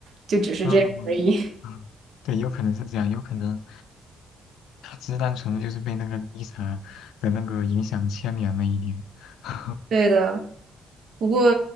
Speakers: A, on the right; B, on the left.
A: 就只是这样而已。
B: 嗯嗯，对，有可能是这样，有可能他只是单纯的就是被那个 Lisa 的那个影响牵连了一点，<laughs>
A: <laughs> 对的，不过